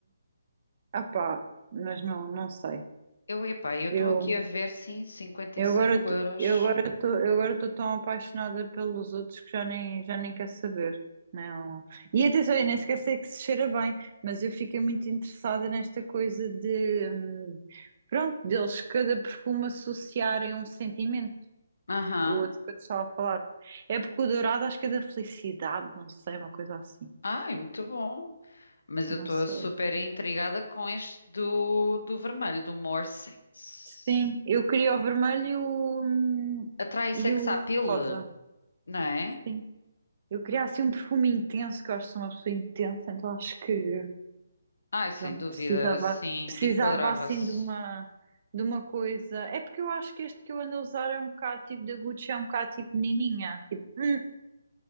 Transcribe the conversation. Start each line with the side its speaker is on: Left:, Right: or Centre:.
Right: Ah, pá, mas não, não sei.
Left: Eu, epá, eu estou
Right: Eu.
Left: aqui a ver, sim, cinquenta
Right: Eu
Left: e cinco
Right: agora, tô-
Left: euros.
Right: eu agora tô, eu agora estou tão apaixonada pelos outros que já nem, já nem quero saber. Não. E atenção, eu nem sequer sei que se cheira bem, mas eu fiquei muito interessada nesta coisa de, hum, pronto, deles cada perfume associarem um sentimento.
Left: Aham.
Right: O outro que eu te estava a falar. É porque o dourado acho que é da felicidade, não sei, uma coisa assim.
Left: Ai, muito bom. Mas
Right: Não
Left: eu estou
Right: sei.
Left: super intrigada com este do, do vermelho, do More Sex.
Right: Sim, eu queria o vermelho e o, hum,
Left: Atrai sex
Right: e o
Left: appeal,
Right: rosa.
Left: não é?
Right: Sim. Eu queria assim um perfume intenso, que eu acho que sou uma pessoa intensa, então acho que
Left: Ai, sem
Right: pronto,
Left: dúvida,
Right: precisava,
Left: sim,
Right: precisava
Left: enquadrava-se.
Right: assim de uma, de uma coisa. É porque eu acho que este que eu ando a usar é um bocado tipo da Gucci, é um bocado tipo menininha. Tipo, hum,